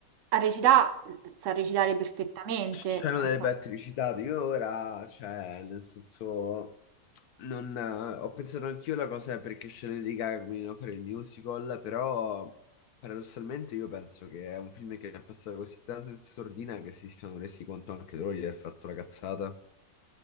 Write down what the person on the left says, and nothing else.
c'erano
delle battute citate. Io ora, cioè, nel senso, non, eh, ho pensato anch'io la cosa perché Shannon di Gaga che mi doveva fare il musical, però paradossalmente io penso che è un film che è passato così tanto in sordina che si sono resi conto anche loro di aver fatto la cazzata,